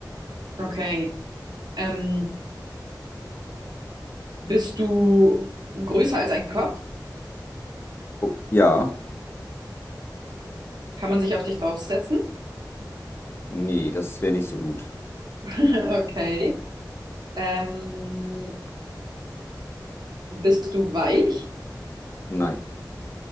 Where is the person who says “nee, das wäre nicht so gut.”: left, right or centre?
Left